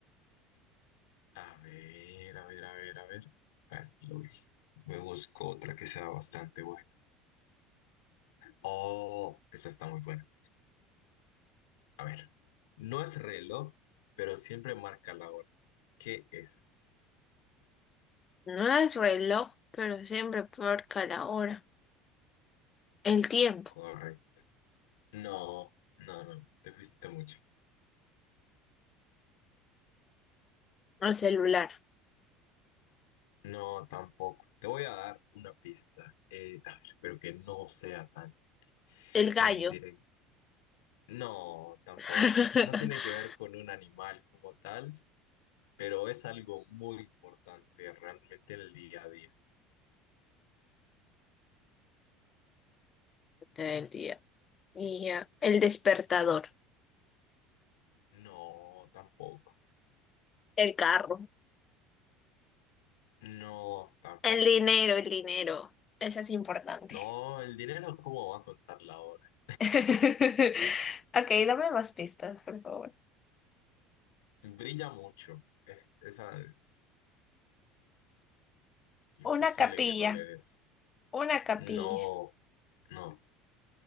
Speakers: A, on the left (about 85°); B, on the left (about 30°).
A: A ver, a ver, a ver, a ver. A ver, lo vi. Me busco otra que sea bastante buena. Oh, esta está muy buena. A ver, no es reloj, pero siempre marca la hora. ¿Qué es?
B: No el reloj, pero siempre porca la hora. El tiempo,
A: Correcto. No, no, no, no, te fuiste mucho.
B: el celular,
A: No, tampoco. Te voy a dar una pista. Eh, a ver, pero que no sea tan,
B: el gallo
A: tan directo. No, tampoco.
B: <laughs>
A: No tiene que ver con un animal como tal, pero es algo muy importante realmente en el día a día.
B: el día y ya, el despertador,
A: No, tampoco.
B: el carro,
A: No, tampoco.
B: el dinero, el dinero. Eso es importante.
A: No, el dinero, ¿cómo va a contar la hora?
B: <laughs> Ok, dame más pistas, por favor.
A: Brilla mucho. Es- esa es imposible
B: Una capilla,
A: que no le des.
B: una capilla.
A: No, no,